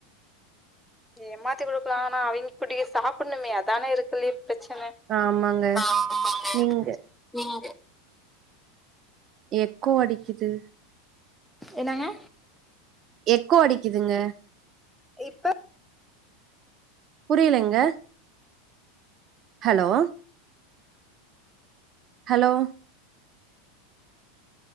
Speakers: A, in the centre; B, on the right.
A: ஏமாத்தி குடுக்கலா ஆனா அவங்க எப்டி சாப்பணுமே அதான இருக்கிறல்லையே பிரச்சன
B: ஆமாங்க
A: ஆமாங்க
B: நீங்க
A: நீங்க
B: எக்கோ அடிக்கிது
A: என்னாங்க
B: எக்கோ அடிக்கிதுங்க
A: இப்ப
B: புரியிலைங்க ஹலோ ஹலோ